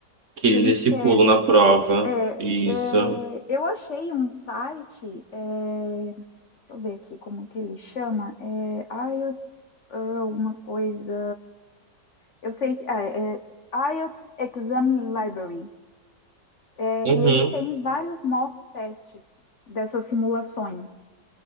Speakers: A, on the right; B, on the left.
A: que eles
B: Que Eles
A: estipulam
B: pedem.
A: na prova.
B: É,
A: Isso.
B: é, eu achei um site. é, Deixa eu ver aqui como que ele chama. É IELTS, ah, alguma coisa. Eu sei que. Ah, é é IELTS Exam Library. É,
A: Uhum.
B: e ele tem vários mock tests dessas simulações.